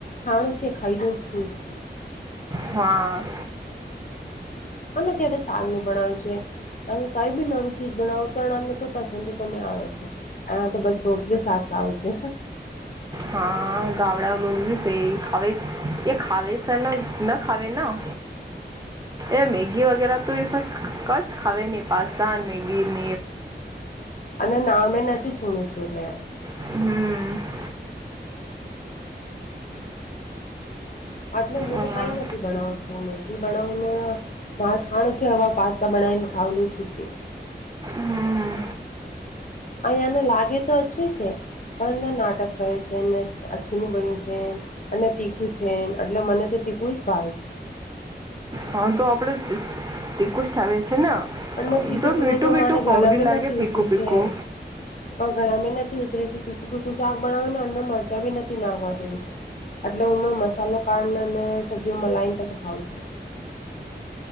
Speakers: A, on the left; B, on the right.
A: ખાણું છે ખાઈનેું છૂટતી
B: હા
A: અને કે હવે સાંગ ન બણવ્યું છે હ કઈ બી નવી ચીજ બનાવ તણને તો પસંદી કોને આવે છે હા તો બસ રોટીલી તો સાકસ આવે છે
B: હા ગાવડા છે હવે એ ખાવેસર ન ના ખાવે ના એ મે ઘી વગેરા તો એ કસ ખાવ નહી પાસ્તાન મે ઘી ન
A: અને નામે નથી છોડું છું લે
B: હમ
A: આટલે હું
B: હમ
A: તો કઈ નથી ભણાવતો તો મેગી બનાાવનેને મા ખાણ છે હવા પાસ્તા બનાાવને ખાવલું છુટી
B: હમ
A: અહીંયાને લાગે તોય છે પણ ના નાટક કહે છેને અછુની બન્યું છે એટલે તીખું છે એટલે મને તો તિકુસ ભાવ છે
B: હા તો આપડે જ ટીકું જ થાવે છે છે એકદમ
A: અને ફીકો ફીકો
B: મઠું
A: તો
B: વિીઠું
A: મને
B: હોવડી
A: ગળામાં
B: લાગે
A: નથી
B: પીિકું
A: ઉતરું
B: પીકું
A: છે પણ ગણા મે નથી ઉતરે છે પીખું પીખું શાક બનાવે અને મરચા ભી નથી નાખવા દેવી છે એટલે હું મસાલો કાઢને અને સબ્જીઓ મલાઈને પછી ખાવ છું <inaudible>